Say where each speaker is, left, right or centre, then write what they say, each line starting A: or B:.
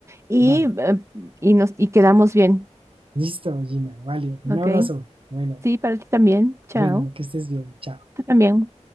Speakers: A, on the right; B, on the right.
A: y,
B: Vale,
A: eh, y nos, y quedamos bien.
B: listo, Gina, vale, un
A: Ok.
B: abrazo. Bueno,
A: Sí, para ti también. Chao.
B: bueno, que estés bien, chao.
A: Tú también.